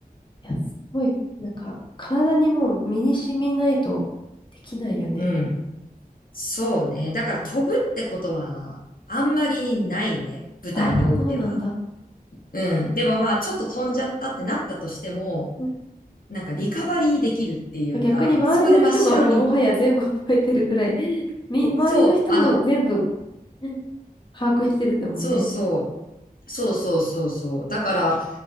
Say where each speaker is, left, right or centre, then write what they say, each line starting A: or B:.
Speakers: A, on the left; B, on the left.
A: や、すごい、なんか、体にもう身に染みないとできないよね。
B: うん。そうね。だから飛ぶってことは、あんまりないね。舞台においては。
A: あ、そうなんだ。
B: うん。でもまあ、ちょっと飛んじゃったってなったとしても、
A: うん
B: なんかリカバリーできるっていうか、
A: 逆に周りの人がもうもはや全部
B: そこで真っ白に、
A: <laughs> 覚えてるぐらい、<laughs> み、周りの人も全部
B: そう、あの、
A: うん把握してるんだもんね。
B: そうそう、そうそうそうそう。だから、